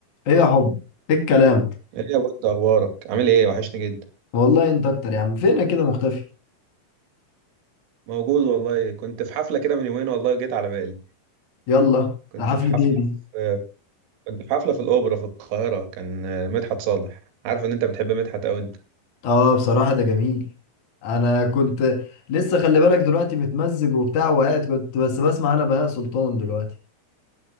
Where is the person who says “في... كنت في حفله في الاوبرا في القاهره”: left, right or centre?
Right